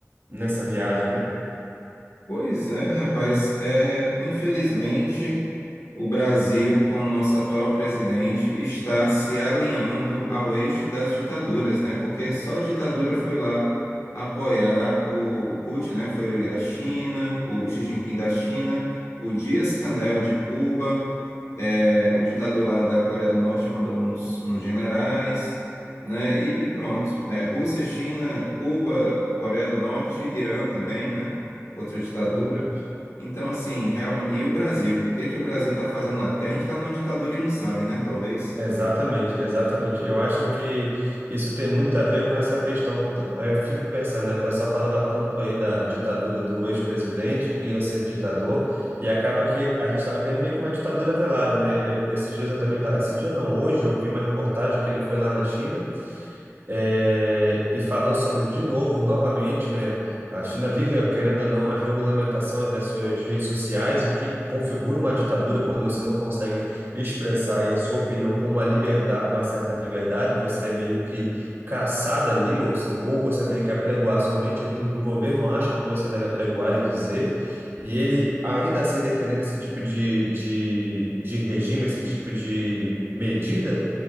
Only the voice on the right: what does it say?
nessa viagem, né?
Rapaz.
Exatamente, exatamente. Eu acho que isso tem muito a ver com essa questão. T- Eu fico pensando, né? O pessoal falava tanto aí da ditadura do ex-presidente, que ia ser ditador, e acaba que a gente está vivendo meio que uma ditadura velada, né? Eu, esses dias eu também tá, esses dias não, hoje eu vi uma reportagem que ele foi lá na China é, e falou sobre, de novo, novamente, né? A China vive, querendo ou não, a regulamentação das suas redes sociais, e o que configura uma ditadura quando você não consegue expressar aí a sua opinião com uma liberdade, uma certa liberdade, você é meio que caçado ali, ou, se, ou você tem que apregoar somente aquilo que o governo acha que você deve apregoar e dizer. E ele ainda assim defendendo esse tipo de, de, de regime, esse tipo de medida